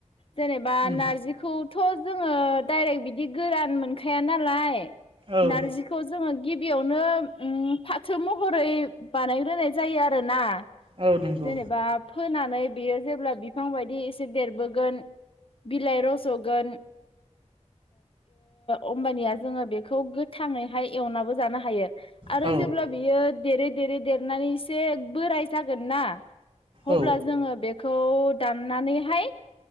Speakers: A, on the left; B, on the right.
A: जेनेबा
B: उम
A: नारजि। खौथ' जोङो डाइरेक्ट बिदि गोरान मोनखाया नालाय
B: औ
A: नारजि खौ जोङो गिबियावनो फाथो महरै बानायग्रोनाय जायो आरोोना
B: औ नंगौ
A: जेनेबा फोनानै बियो जेब्ला बिफां बायदि एसे देरबोगोन बिलाइ रज'गोन होमबानिया जोङो बेखौ गोथाङैहाय एवनाबो जानो हायो आरो
B: औ
A: जेब्ला बियो देरै देरै देरनानै एसे बोराय जागोन ना
B: औ
A: अब्ला जोङो बेखौ दाननानैहाय